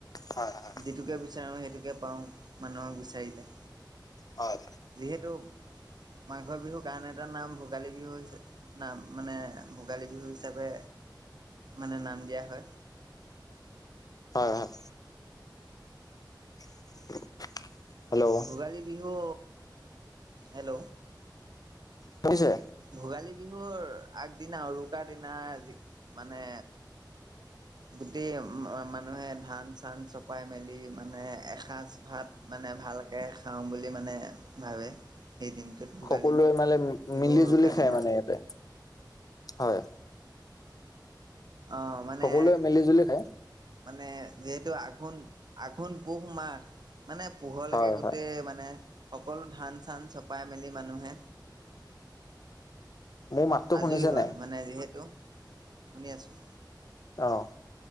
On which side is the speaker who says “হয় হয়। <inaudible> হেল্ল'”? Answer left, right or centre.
Left